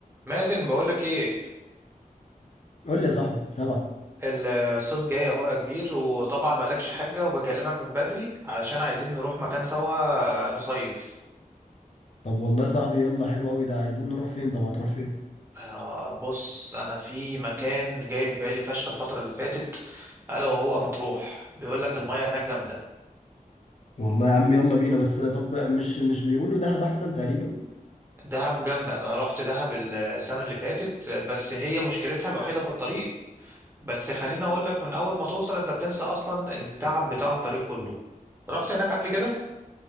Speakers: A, on the right; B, on the left.
A: مازن بقولك ايه
B: قول لي يا صاحبي سبعة
A: الصيف جاي اهو يا كبير وطبعا مالكش حاجة وبكلمك من بدري علشان عايزين نروح مكان سوا نصيف
B: طب والله يا صاحبي يلا حلو قوي ده عايزين نروح فين طب هتروح فين
A: آه بص انا في مكان جاي في بالي فشخ الفترة اللي فاتت الا وهو مطروح بيقولك المياه هناك جامدة
B: والله يا عم يلا بينا بس طب مش مش بيقولوا دهب احسن تقريبا
A: دهب جامدة انا رحت دهب السنة اللي فاتت بس هي مشكلتها الوحيدة في الطريق بس خليني اقولك من اول ما توصل انت بتنسى اصلا التعب بتاع الطريق كله رحت هناك قبل كده